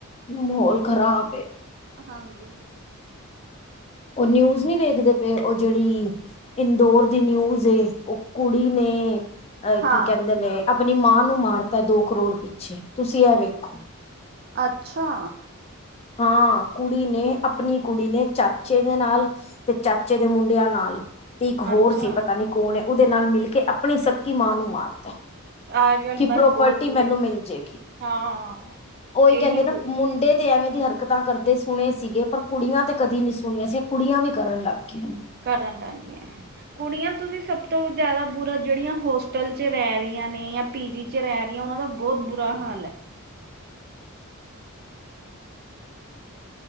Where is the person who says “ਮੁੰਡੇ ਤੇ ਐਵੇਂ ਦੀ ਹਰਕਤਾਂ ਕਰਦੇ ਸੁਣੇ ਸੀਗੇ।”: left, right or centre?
Left